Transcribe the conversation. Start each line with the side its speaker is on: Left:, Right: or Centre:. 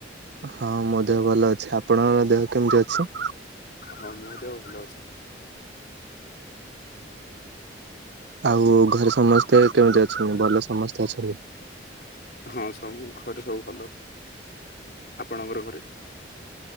Right: ହଁ ମୋ ଦେହଭଲ ଅଛି ଆପଣଙ୍କ ଦେହ କେମିତି ଅଛି?
Left: ହଁ ମୋଦେହ ଭଲ ଅଛି।
Right: ଆଉ ଘରେ ସମସ୍ତେ କେମିତି ଅଛନ୍ତି ଭଲ ସମସ୍ତେ ଅଛନ୍ତି?
Left: ହଁ ସବୁ ଘରେ ସବୁ ଭଲ ଆପଣଙ୍କର ଘରେ?